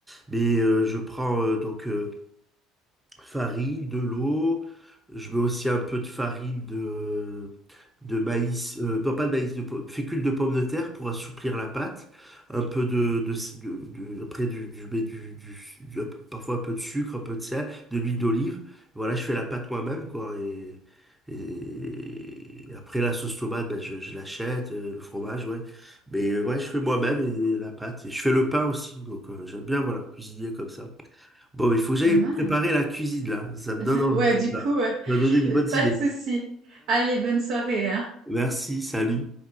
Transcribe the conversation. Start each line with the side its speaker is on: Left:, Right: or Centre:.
Centre: mais euh, je prends euh, donc euh, farine, de l'eau. Je mets aussi un peu de farine de de maïs, euh, non pas de maïs, de po- fécule de pomme de terre pour assouplir la pâte, un peu de, de, de- de- après du, du, mais du, du- du- un peu- parfois un peu de sucre, un peu de sel, de l'huile d'olive. Voilà, je fais la pâte moi-même, quoi. Et, et après la sauce tomate, ben, je, je l'achète, euh, le fromage, ouais. Mais euh, ouais, je fais moi-même et la pâte. Et je fais le pain aussi, donc euh, j'aime bien, voilà, cuisiner comme ça. Bon, il faut que j'aille
Right: Pas mal.
Centre: préparer la cuisine, là. Ça me
Right: <laughs>
Centre: donne envie,
Right: Ouais,
Centre: tout
Right: du
Centre: ça.
Right: coup,
Centre: Ça
Right: euh,
Centre: m'a donné
Right: <laughs>
Centre: de bonnes
Right: pas
Centre: idées.
Right: de souci. Allez, bonne soirée, hein.
Centre: <laughs> merci, salut.